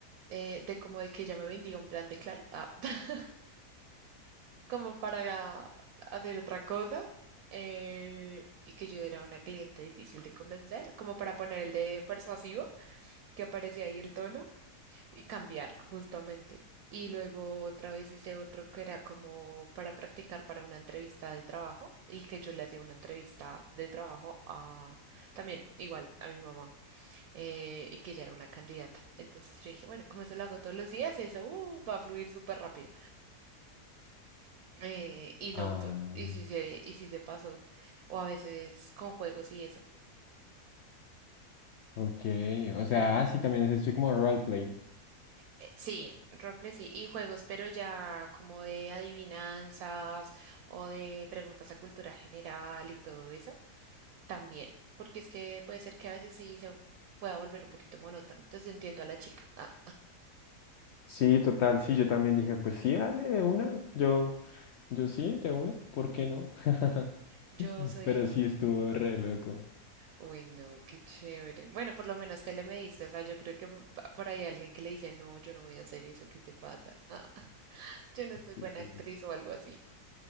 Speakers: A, on the right; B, on the left.
A: eh, de como de que ella me vendía un plan de Claro. Ah. <laughs> como para hacer otra cosa eh, y que yo era una cliente difícil de convencer, como para poner el de persuasivo, que aparecía ahí el tono y cambiar justamente. Y luego otra vez hice otro que era como para practicar para una entrevista de trabajo y que yo le hacía una entrevista de trabajo a también igual a mi mamá eh, y que ella era una candidata. Entonces yo dije, bueno, como eso lo hago todos los días, eso uh, va a fluir súper rápido. Eh, y
B: Ah,
A: no, pe- y si se, y si se pasó, o a veces con juegos y eso,
B: ok. O sea,
A: pero n-
B: ah, sí, también es esto como roleplay.
A: eh, sí, roleplay sí, y juegos, pero ya como de adivinanzas o de preguntas de cultura general y todo eso, también, porque es que puede ser que a veces sí se pueda volver un poquito monótono, entonces entiendo a la chica. Ah,
B: Sí, total, sí, yo también dije, pues sí, dale de una. Yo. Yo sí, de una, ¿por qué no? <laughs>
A: yo soy
B: Pero
A: entonces,
B: sí estuvo re loco.
A: uy, no, qué chévere. Bueno, por lo menos te le mediste, o sea, yo creo que m- va por ahí alguien que le dice, no, yo no voy a hacer eso, ¿qué te pasa? ah, Yo no soy buena
B: Ujú.
A: actriz o algo así.